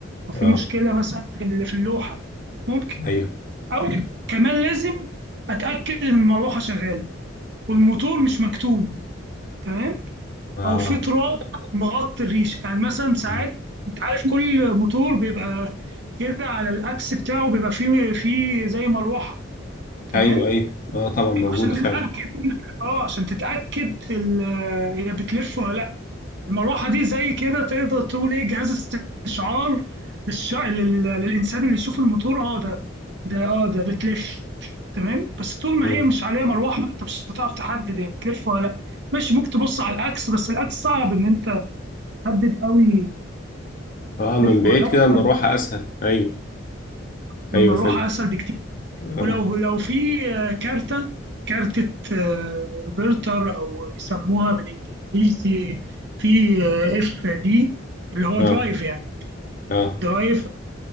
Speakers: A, on the right; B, on the left.
A: او في
B: اه
A: مشكله مثلا في ال- في اللوحه ممكن
B: ايوه
A: او كمان لازم اتاكد ان المروحه شغاله والموتور مش مكتوم تمام
B: اه
A: او في تراب مغطي الريشه يعني مثلا ساعات
B: مم.
A: انت عارف كل موتور بيبقى كده على الاكس بتاعه بيبقى فيه فيه زي مروحه تمام
B: ايوه ايوه اه طبعا موجوده
A: عشان تتاكد
B: فعلا
A: اه عشان تتاكد ال- هي بتلف ولا لا المروحه دي زي كده تقدر تقول ايه جهاز استشعار للش... لل... للانسان اللي يشوف الموتور اه ده ده اه ده بتلف تمام بس طول ما
B: مم.
A: هي مش عليها مروحه انت مش هتعرف تحدد هي بتلف ولا لا ماشي ممكن تبص على الاكس بس الاكس صعب ان انت تحدد قوي بتلف
B: اه من بعيد
A: ولا
B: كده المروحه
A: لا
B: اسهل ايوه
A: فالمروحه
B: ايوه فهمت
A: اسهل بكتير
B: اه
A: ولو لو في آه، كارته كارتة آه، روبرتر او بيسموها بالانجليزي في اف دي اللي هو
B: اه
A: درايف يعني
B: اه
A: درايف